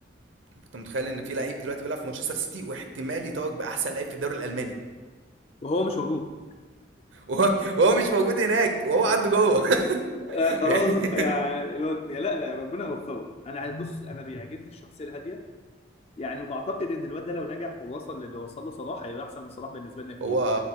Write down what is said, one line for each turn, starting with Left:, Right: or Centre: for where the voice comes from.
Right: انت متخيل ان في لعيب دلوقتي بيلعب في مانشستر سيتي واحتمال يتوج باحسن لعيب في الدوري الالماني
Left: وهو مش موجود
Right: وهو <laughs> وهو مش موجود هناك وهو عنده جوه
Left: آه
Right: <laughs>
Left: خلاص
Right: يعني
Left: يعني الواد يا لا لا ربنا يوفقه انا بص انا بيعجبني الشخصيه الهاديه يعني وبعتقد ان الواد ده لو نجح ووصل للي وصل له صلاح هيبقى احسن من صلاح بالنسبه لنا كتير
Right: هو